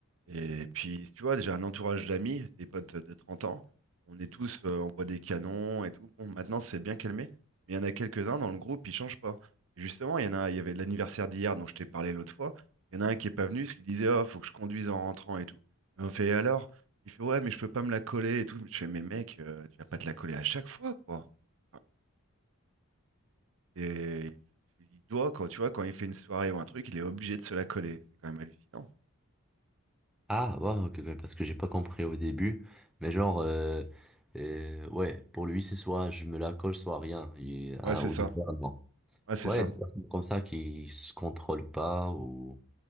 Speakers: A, on the right; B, in the centre.
A: Et puis, tu vois, j'ai un entourage d'amis, des potes de 30 ans. On est tous, euh, on boit des canons et tout. Bon, maintenant, c'est bien calmé. Mais il y en a quelques-uns dans le groupe, ils changent pas. Et justement, il y en a, il y avait l'anniversaire d'hier dont je t'ai parlé l'autre fois. Il y en a un qui est pas venu, parce qu'il disait, oh, faut que je conduise en rentrant et tout. Et on fait, Et alors? Il fait, ouais, mais je peux pas me la coller et tout. Je fais, mais mec, euh, tu vas pas te la coller à chaque fois, quoi. Enfin, Et il doit, quand tu vois, quand il fait une soirée ou un truc, il est obligé de se la coller. C'est quand même hallucinant.
B: Ah, ouais, ok, ok, parce que j'ai pas compris au début. Mais genre, euh, euh, ouais, pour lui, c'est soit je me la colle, soit rien. Il-
A: Ouais,
B: un
A: c'est
B: ou
A: ça.
B: deux fois, non.
A: Ouais, c'est
B: Ouais,
A: ça.
B: il y a des personnes comme ça qui se contrôlent pas ou...